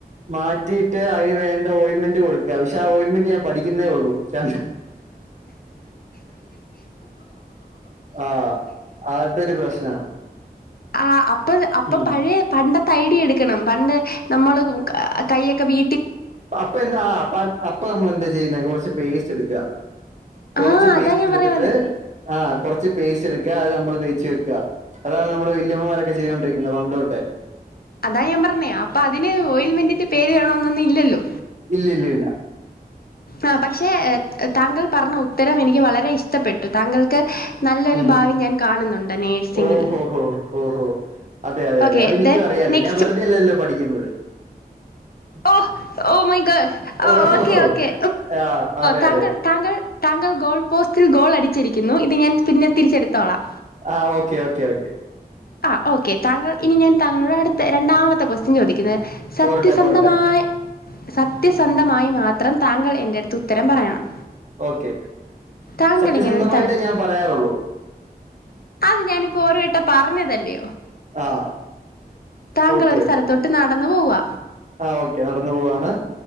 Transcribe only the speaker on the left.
ആ അപ്പ അപ്പം
പഴയ പണ്ടത്തെ ഐഡിയ എടുക്കണം പണ്ട് നമ്മൾ കയ്യൊക്കെ വീ
ആഹ്
അതാ ഞാൻ
പറയാൻ വന്നേ.
അതാ ഞാൻ പറഞ്ഞേ അപ്പൊ അതിന് ഓയിൽമെന്റിന്റെ പേര് വേണമെന്നൊന്നും ഇല്ലല്ലോ
ആ പക്ഷെ താങ്കൾ പറഞ്ഞ ഉത്തരം എനിക്ക് വളരെ ഇഷ്ടപ്പെട്ടു താങ്കൾക്ക് നല്ലൊരു
ഭാവി ഞാൻ കാണുന്നുണ്ട് നേഴ്സിങ്ങിൽ
ഓക്കെ
ദെൻ
നെക്സ്റ്റ്
ഓ ഓ മൈ ഗോഡ് ആ
ഓക്കെ ഓക്കെ
താങ്കൾ
താങ്കൾ താങ്കൾ ഗോൾ പോസ്റ്റിൽ ഗോൾ അടിച്ചിരിക്കുന്നു ഇത് ഞാൻ പിന്നെ തിരിച്ചെടുത്തോളാം.
ആ ഓക്കെ താങ്കൾ ഇനി ഞാൻ താങ്കളുടെ അടുത്ത രണ്ടാമത്തെ ക്വസ്റ്റ്യൻ ചോദിക്കുന്നത് സത്യസന്ധമായി
സത്യസന്ധമായി മാത്രം താങ്കൾ എൻ്റെ അടുത്ത് ഉത്തരം പറയണം
താങ്കൾ
ഇങ്ങനെ ഒരു സ്ഥലത്ത്
അത് ഞാനിപ്പോ ഒരു വട്ടം പറഞ്ഞതല്ലേ
താങ്കൾ
ഒരു
സ്ഥലത്തോട്ട് നടന്നു പോവുക